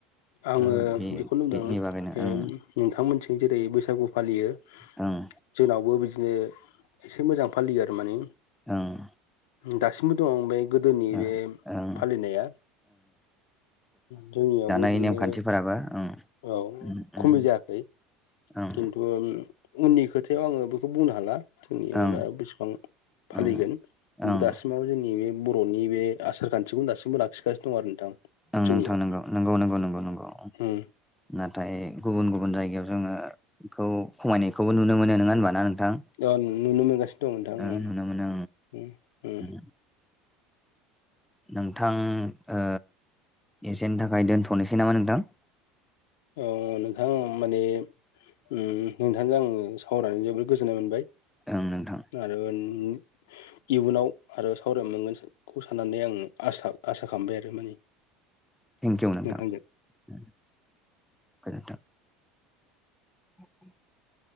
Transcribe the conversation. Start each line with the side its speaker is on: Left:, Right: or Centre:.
Left: आङो
Centre: ओ बे
Left: बेखौ होनदों
Centre: बेनि बागैनो ओं
Left: नोंथांमोनथिं जेरै बैसागु फालियो
Centre: ओं
Left: जोंनावबो बिदिनो एसे मोजां फालियो आरो मानि
Centre: ओं
Left: दासिमबो दं बै गोदोनि
Centre: ओं
Left: बे
Centre: ओं
Left: फालिनाया जोंनियावबो
Centre: नि
Left: बिदिनो
Centre: नेमखान्थिफोराबो ओं
Left: औ
Centre: उम उम
Left: खमि जायाखै
Centre: ओं
Left: खिन्थु उननि खोथायाव आङो बेखौ बुंनो हाला <unintelligible> नि
Centre: ओं
Left: माना बेसेबां फालिगोन।
Centre: ओं ओं
Left: दासिमाव जोंनि बे बर'नि बे आसार खान्थिखौनो दासिमबो लाखिगासिनो दं आरो नोंथां।
Centre: ओं
Left: जोंनियाव
Centre: नोंथां नंगौ नंगौ नंगौ नंगौ नंगौ
Left: उम
Centre: नाथाय गुबुन गुबुन जायगायाव जोङोथ' खमायनायखौबो नुनो मोनो नोङा ओनबा ना नोंथां?
Left: अ नुनो मोनगासिनो दं नोंथां
Centre: ओ
Left: उम
Centre: नुनो मोनो
Left: उम उम।
Centre: ओं नोंथां ओ एसेनि थाखाय दोनथ'नोसै नामा नोंथां।
Left: अ नोंथां माने उम नोंथांजों आङो सावरायनानै जोबोद गोजोननाय मोनबाय।
Centre: ओं नोंथां।
Left: आरो ओन उम इयुनाव आरो सावराय मोनगोनसै। खौ साननानै आं आसा आसा खामबाय आरो माने।
Centre: थेंकिउ नोंथां
Left: नोंथांजों
Centre: उम गोजोन्थों। <inaudible>